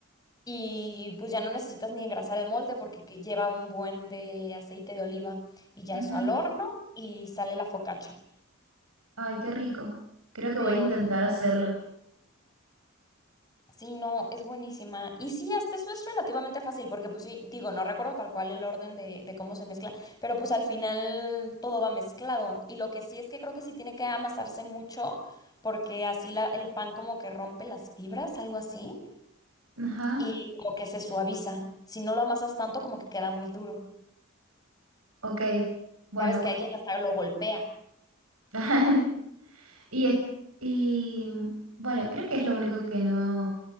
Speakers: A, on the left (about 20°); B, on the right (about 85°).
A: Y pues ya no necesitas ni engrasar el molde porque que lleva un buen de aceite de oliva y ya
B: Ujú.
A: eso al horno y sale la focacha.
B: Ay, qué rico. Creo que
A: Pero
B: voy a intentar hacerlo.
A: Sí, no, es buenísima. Y sí, hasta eso es relativamente fácil, porque pues sí, digo, no recuerdo tal cual el orden de, de cómo se mezcla, pero pues al final todo va mezclado. Y lo que sí es que creo que sí tiene que amasarse mucho, porque así la, el pan como que rompe las fibras, algo así,
B: Ajá.
A: y como que se suaviza. Si no lo amasas tanto, como que queda muy duro.
B: Ok. Bueno,
A: Sabes
B: bueno.
A: que alguien hasta lo golpea.
B: <laughs> Y es, y bueno, creo que es lo único que no.